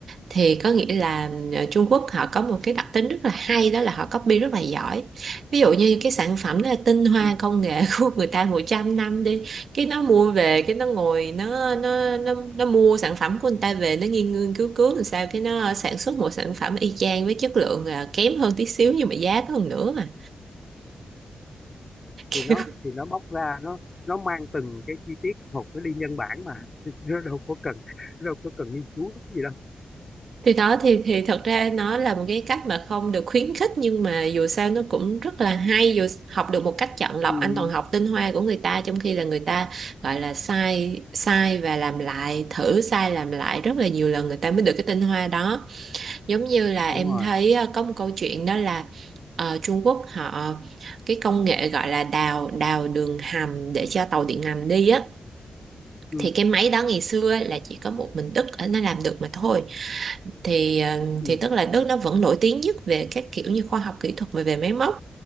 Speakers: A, on the right; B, on the left.
A: thì có nghĩa là ờ, Trung Quốc họ có một cái đặc tính rất là hay đó là họ copy rất là giỏi. Ví dụ như cái sản phẩm đó là tinh hoa
B: ừ.
A: công nghệ <laughs> của người ta 100 năm đi, cái nó mua về cái nó ngồi nó nó nó nó mua sản phẩm của người ta về nó nghiên nghiên cứu cứu làm sao cái nó sản xuất một sản phẩm y chang với chất lượng là kém hơn tí xíu nhưng mà giá nó còn nữa mà.
B: thì
A: <laughs>
B: nó thì nó bóc ra nó nó mang từng cái chi tiết một nó đi nhân bản mà <laughs> nó đâu có cần đâu có cần nghiên cứu gì đâu
A: thì đó thì thì thật ra nó là một cái cách mà không được khuyến khích nhưng mà dù sao nó cũng rất là hay dù học được một cách chọn lọc
B: ừ,
A: anh toàn học tinh hoa của người ta trong khi là người ta gọi là sai sai và làm lại thử sai làm lại rất là nhiều lần người ta mới được cái tinh hoa đó giống như là
B: đúng
A: em
B: rồi
A: thấy ờ, có một câu chuyện đó là ờ, Trung Quốc họ cái công nghệ gọi là đào đào đường hầm để cho tàu điện ngầm đi á
B: ừ,
A: thì cái máy đó ngày xưa là chỉ có một mình Đức nó làm được mà thôi thì ờ,
B: ừ,
A: thì tức là Đức nó vẫn nổi tiếng nhất về các kiểu như khoa học kỹ thuật về về máy móc